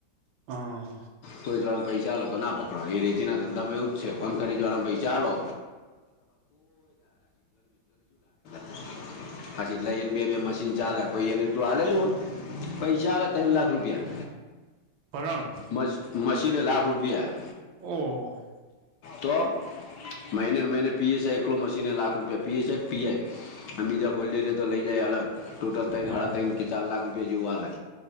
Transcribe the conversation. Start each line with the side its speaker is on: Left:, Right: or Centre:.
Right: હા
Left: પોલીસવાળામાં પૈસા આલો તો ના પકડો એ રીતિના ધંધા એવ જ છે કોન ખનીજ વાળામાં પૈસાઆલો <unintelligible> પછી એટ લઈને બે બે મશીન ચાલે કોઈ એને એલું આલું હો પૈસા આલે ત્રણ લાખ રુપિયા
Right: પરણ
Left: મ મશીને લાખ રૂપિયા
Right: ઓહો
Left: તો મહિનેને મહિને પી એસ આઈ એકલો મશીને લાખ રૂપિયા પી એસ આ પી આઈ બીજા ફોલ્ડ તો લઈ જાય અલગ ટોટલ તઈન
Right: મારા
Left: હાડા તઈન કે ચાર લાખ રૂપિયા જેવું